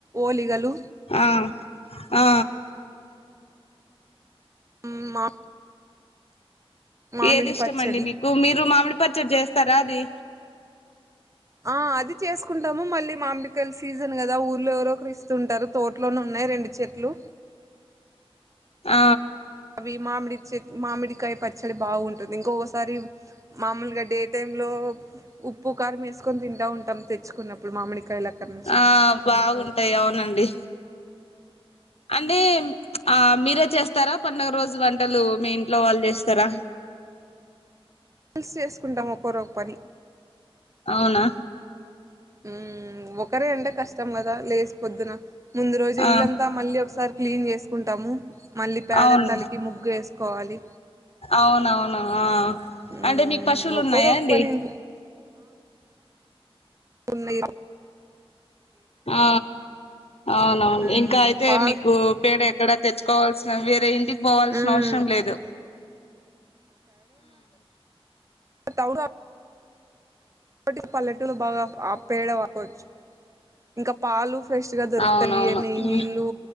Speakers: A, on the right; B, on the left.
A: ఓలిగలు
B: ఆ ఆ
A: మ్మ్ మా మామిడి
B: ఏది ఇష్టమండి
A: పచ్చడి
B: మీకు మీరు మామిడి పచ్చడి చేస్తారా అది
A: ఆ అది చేసుకుంటాము మళ్ళీ మామిడికాయ సీజన్ కదా ఊర్లో ఎవరో ఒకరు ఇస్తుంటారు తోటలోనే ఉన్నాయి రెండు చెట్లు
B: ఆ
A: అవి మామిడి చెట్టు మామిడికాయ పచ్చడి బాగుంటుంది ఇంకొకసారి మామూలుగా డే టైమ్ లో ఉప్పు కారం వేసుకొని తింటా ఉంటాం మామిడికాయ తెచ్చుకున్నప్పుడు అక్కడ నుంచి
B: ఆ బాగుంటాయి అవునండి అంటే ఆ మీరే చేస్తారా పండుగ రోజు మీ ఇంట్లో వాళ్ళు చేస్తారా
A: కలిసి చేసుకుంటాం ఒకరో ఓ పని
B: అవునా
A: మ్మ్ ఒకరే అంటే కష్టం కదా లేచి పొద్దున ముందు రోజు
B: ఆ
A: ఇల్లంతా మళ్ళీ ఒకసారి క్లీన్ చేసుకుంటాము మళ్ళీ పేడను
B: అవును
A: నీళ్లలో కలిపి చల్లి ముగ్గు వేసుకోవాలి
B: అవునవును
A: ఉమ్
B: అంటే మీకు పశువులు
A: ఒక్కొరు
B: ఉన్నాయా
A: ఒక
B: అండి
A: పని ఇంట్లో ఉన్నయ్
B: ఆ అవునవును
A: ఉమ్
B: ఇంకా అయితే
A: పాల్
B: మీకు పేడ ఎక్కడ తెచ్చుకోవాల్సిన పని లేదు పోవాల్సిన
A: ఉమ్
B: అవసరం లేదు
A: తవుడు ఇప్పటికి పల్లెటూరు లో బాగా ఆ పేడ వాడుకోవచ్చు ఇంకా పాలు ఫ్రెష్ గా దొరుకుతాయి
B: అవునవును
A: ఏమి నీళ్లు
B: ఉమ్